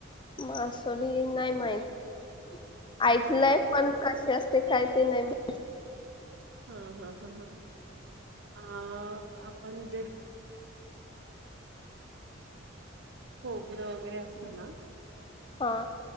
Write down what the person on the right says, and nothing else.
अच्छा आ
हा हा हा हा. अ आपण जे
खोबरं वगैरे असतं ना.